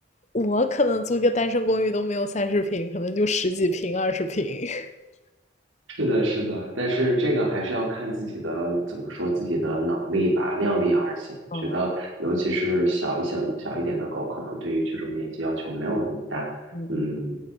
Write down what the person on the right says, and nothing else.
是的，是的，但是这个还是要看自己的，怎么说，自己的能力吧，量力而行。我觉得，
尤其是小一小小一点的狗，可能对于居住面积要求没有那么大。
嗯，